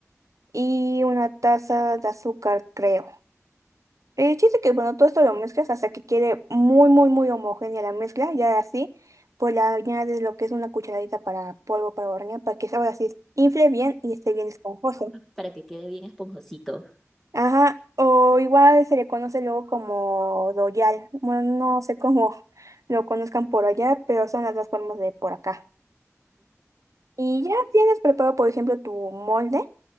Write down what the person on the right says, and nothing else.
y una taza de azúcar, creo. El chiste que bueno, todo esto lo mezclas hasta que quede muy, muy, muy homogénea la mezcla, ya así, pues le añades lo que es una cucharadita para polvo para hornear, para que ahora sí infle bien y esté bien esponjoso.
Ajá, o igual se le conoce luego como Royal. Bueno, no sé cómo <laughs> lo conozcan por allá, pero son las dos formas de por acá. Y ya tienes preparado, por ejemplo, tu molde.